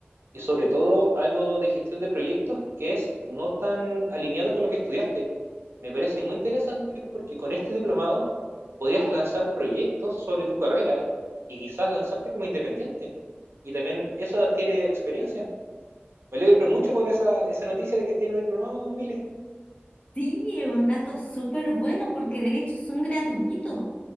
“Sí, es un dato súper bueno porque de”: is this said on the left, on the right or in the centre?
Left